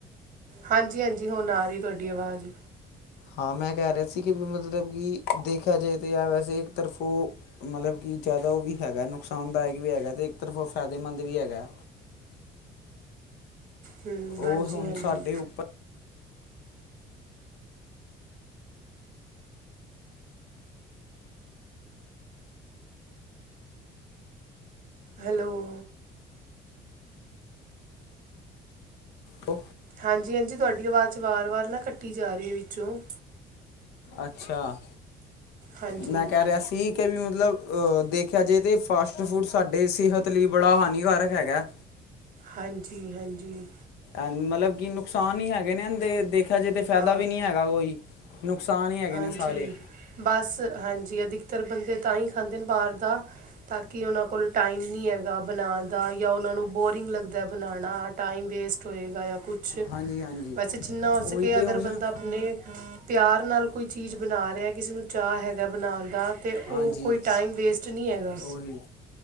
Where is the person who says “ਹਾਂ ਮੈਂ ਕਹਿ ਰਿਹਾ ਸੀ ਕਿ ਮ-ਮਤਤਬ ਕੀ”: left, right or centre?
Left